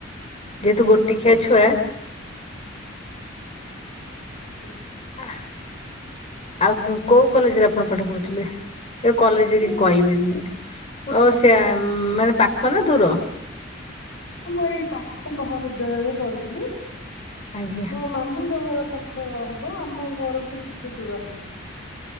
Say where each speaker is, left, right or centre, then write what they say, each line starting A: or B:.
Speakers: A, on the left (about 35°); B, on the left (about 80°).
A: ଯେହେତୁ ଗୋଟି ଖିଆ ଛୁଆ।
B: ଆଜ୍ଞା।
A: ଅଃ। ଆଉ କୋଉ କଲେଜରେ ଆପଣ ପାଠ ପଢୁଥିଲେ ଏ କଲେଜରେ
B: ମୁଁ
A: କିଛି କହିବିନି। ଓ ସେଆ ମାନେ ପାଖ ନା ଦୂର।
B: ମୁଁ ଏଇ ପାଖ ମହାବିଦ୍ୟାଳୟରେ ପଢୁଥିଲି।
A: ଆଜ୍ଞା।
B: ମୋ ମାମୁଁଙ୍କ ଘର ପାଖ ହବ ଆମ ଘରଠୁ ଟିକେ ଦୂର ହେବ।